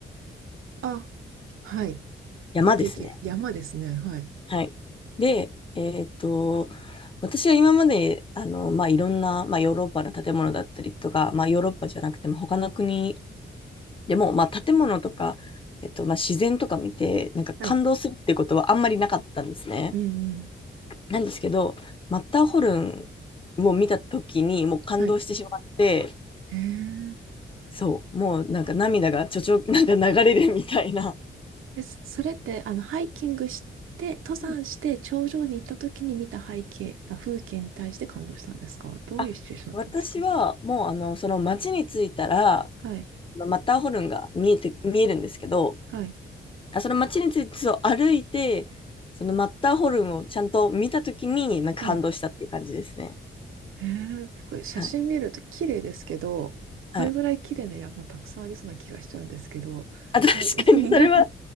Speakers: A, on the right; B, on the left.
A: あ、はい。
B: 山ですね。
A: 出ていけ、山ですね。はい。
B: はい。で、えっと、私は今まで、あの、まあ、いろんな、まあ、ヨーロッパの建物だったりとか、まあ、ヨーロッパじゃなくても、他の国でも、まあ、建物とか、えっと、まあ、自然とか見て、なんか感動するってことはあんまりなかったんですね。
A: はい。うんうん。
B: なんですけど、マッターホルンを見たときに、もう感動してしまって、
A: はい。へえ。
B: そう、もうなんか涙がちょちょ、<laughs> なんか流れるみたいな。
A: でそそれって、あの、ハイキングして、登山して頂上に行った時に見た背景、
B: うん
A: あ、風景に対して感動したんですかどういうシチュエーションだったんですか
B: あ、私はもうあの、その町に着いたら、
A: はい、
B: マッターホルンが見えて、見えるんですけど、
A: はい、
B: あその町についてそう歩いて、そのマッターホルンをちゃんと見たときに、なんか感動したっていう感じですね。
A: はい。へえ、これ写真見ると綺麗ですけど、
B: はい。
A: これぐらい綺麗な山たくさんありそうな気がしちゃうんですけど、
B: はい。<laughs> あ、確かにそれは
A: な、<laughs> な、